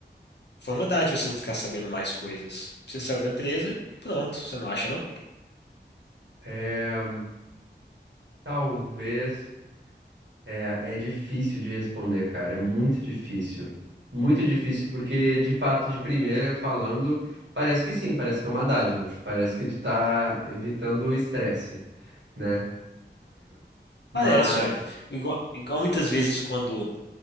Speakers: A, on the left; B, on the right.
A: Foi uma dádiva você não ficar sabendo mais coisas. Você saiu da empresa e pronto, você não acha, não?
B: É, talvez. É, é difícil de responder, cara. É muito difícil. Muito difícil, porque de fato, de primeira falando, parece que sim, parece que é uma dádiva. Parece que tu tá evitando o estresse, né? Mas.
A: Parece, olha. Igual, igual muitas vezes quando